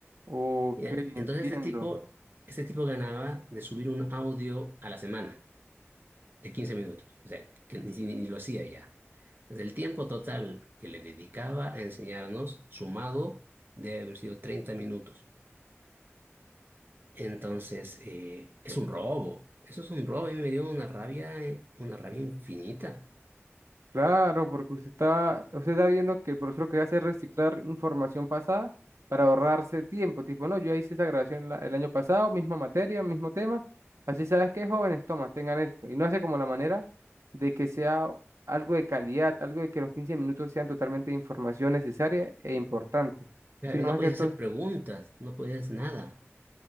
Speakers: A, on the right; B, on the right.
A: Ok,
B: Ya, Entonces
A: entiendo.
B: este tipo, este tipo ganaba de subir un audio a la semana de 15 minutos. O sea, que ni, ni- ni lo hacía ya. Desde el tiempo total que le dedicaba a enseñarnos, sumado, debe haber sido 30 minutos. Entonces, eh, es un robo. Eso es un robo. A mí me dio una rabia, eh, una rabia infinita.
A: Claro, porque usted está, usted está viendo que el profesor lo que hace es reciclar información pasada para ahorrarse tiempo. Tipo, no, yo hice esa grabación la- el año pasado, misma materia, mismo tema. Así sabes que jóvenes, toma, tengan esto. Y no hace como la manera de que sea algo de calidad, algo de que los 15 minutos sean totalmente de información necesaria e importante.
B: Claro,
A: Sino
B: y no
A: más
B: podías
A: que todo,
B: hacer preguntas, no podías nada.